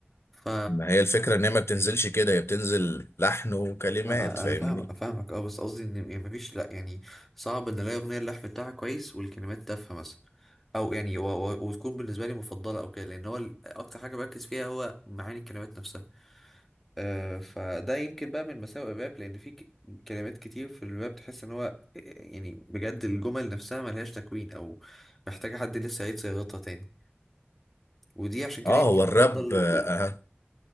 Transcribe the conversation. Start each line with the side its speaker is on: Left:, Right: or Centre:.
Centre: ف
Left: ما هي الفكره ان هي ما بتنزلش كده هي بتنزل لحن وكلمات
Centre: انا
Left: فاهمني
Centre: أنا فاهم فاهمك اه بس قصدي ان يعني مفيش لا يعني صعب ان الاقي اغنيه اللحن بتاعها كويس والكلمات تافهه مثلا او يعني و... و... وتكون بالنسبه لي مفضله او كده لان هو ال- اكتر حاجه بركز فيها هو معاني الكلمات نفسها آه فده يمكن بقى من مساوئ الراب لان في ك... كلمات كتير في الراب تحس ان هو آه، يعني بجد الجمل نفسها ملهاش تكوين او محتاجه حد لسه يعيد صياغتها تاني ودي عشان كده
Left: اه
Centre: يمكن
Left: هو
Centre: بفضل
Left: الراب آه،